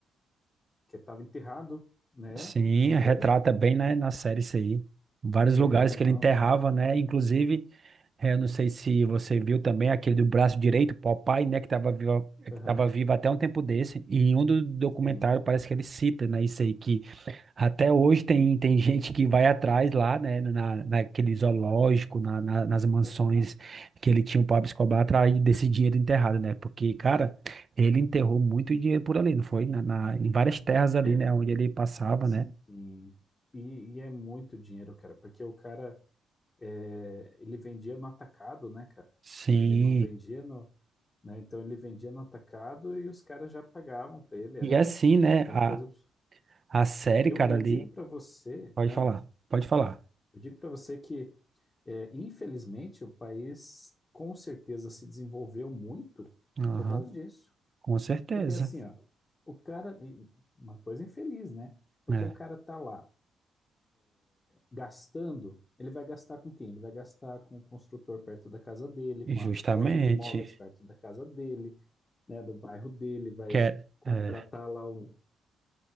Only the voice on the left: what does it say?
que estava enterrado, né?
Dinheiro.
É,
não.
Aham.
Sim.
Aham.
É,
sim.
E, e é muito dinheiro, cara, porque o cara é, ele vendia no atacado, né, cara?
Ele não vendia no, né? Então ele vendia no atacado e os caras já pagavam para ele. Era,
era
uma coisa. absurda.
Eu,
eu
digo para você,
ah,
eu digo para você que é, infelizmente o país com certeza se desenvolveu muito
por causa disso,
porque assim, ó, o cara, uma coisa infeliz, né? Porque
o cara tá lá gastando, ele vai gastar com quem? Ele vai gastar com o construtor perto da casa dele,
com
a loja de imóveis perto da casa dele, né, do bairro dele, vai
contratar
lá o.